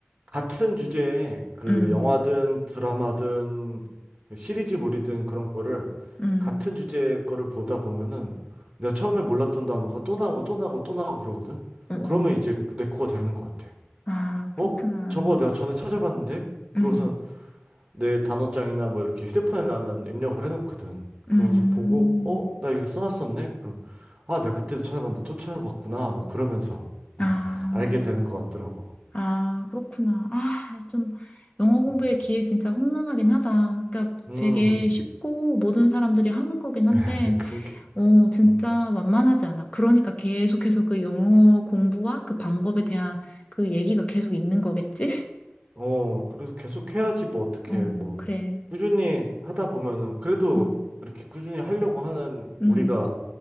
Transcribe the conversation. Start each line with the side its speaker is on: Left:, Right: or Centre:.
Right: 같은 주제에 그
Left: 음.
Right: 영화든 드라마든 그 시리즈물이든 그런 거를
Left: 음,
Right: 같은 주제의 거를 보다 보면은 내가 처음에 몰랐던 단어가 또 나오고 또 나오고 또 나오고 그러거든?
Left: 어, 어.
Right: 그러면 이제 내 거가 되는 것 같아.
Left: 아, 그렇구나.
Right: 어? 저거 내가 전에 찾아봤는데? 그러고선
Left: 음,
Right: 내 단어장이나 뭐 이렇게 휴대폰에 나는 입력을 해놓거든. 그러면서
Left: 음,
Right: 보고, 어? 나 이거 써놨었네? 그럼, 아, 내가 그때도 찾아봤는데 또 찾아봤구나. 뭐 그러면서 어,
Left: 아,
Right: <laughs> 알게 되는 것 같더라고.
Left: 아, 그렇구나. 아, 좀, 영어 공부의
Right: 음,
Left: 기회 진짜 혼돈하긴 하다. 그러니까
Right: 음.
Left: 되게 쉽고 모든 사람들이 하는 거긴 한데,
Right: <laughs> 그런 게,
Left: 어, 진짜
Right: 음.
Left: 만만하지 않아. 그러니까 계속해서 그 영어 공부와 그 방법에 대한 그 얘기가 계속 있는 거겠지? <laughs>
Right: 어, 그래서 계속 해야지 뭐 어떻게,
Left: 어,
Right: 뭐,
Left: 그래.
Right: 꾸준히 하다 보면은 그래도
Left: 어,
Right: 이렇게 꾸준히 하려고 하는
Left: 음,
Right: 우리가